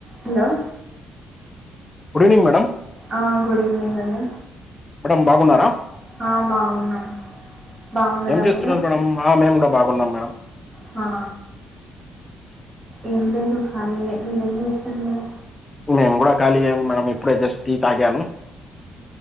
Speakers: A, on the right (about 25°); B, on the left (about 20°).
A: Hello
B: good evening madam
A: ఆ good evening అండి
B: madam బాగున్నారా
A: ఆ బాగున్నం బాగున్నారా
B: ఏం చేస్తున్నారు
A: మీరు
B: మేడం ఆ మేము కూడా బాగున్నాం మేడం
A: హా ఏం లేదు కాళియే మీరేం చేస్తారు మీరు
B: మేము కూడా ఖాళీయే మేడం ఇప్పుడే జస్ట్ టి తాగాను